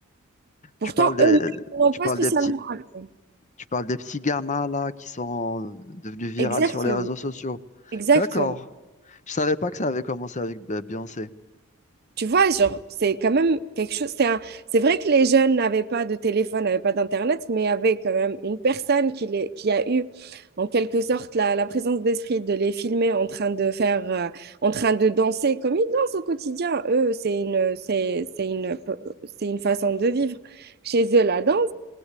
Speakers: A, on the right; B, on the left.
A: Pourtant,
B: Tu parles des,
A: eux-mêmes n'ont
B: tu
A: pas
B: parles
A: spécialement
B: des petits,
A: raté.
B: tu parles des petits gamins là qui sont devenus virales
A: Exactement,
B: sur les réseaux sociaux.
A: exactement.
B: D'accord. Je savais pas que ça avait commencé avec Be- Beyoncé.
A: Tu vois, genre, c'est quand même quelque chose. C'est un- c'est vrai que les jeunes n'avaient pas de téléphone, n'avaient pas d'Internet, mais avaient quand même une personne qui, les, qui a eu, en quelque sorte, la, la présence d'esprit de les filmer en train de faire, euh, en train de danser comme ils dansent au quotidien. Eux, c'est une, c'est, c'est une, c'est une façon de vivre. Chez eux, la danse.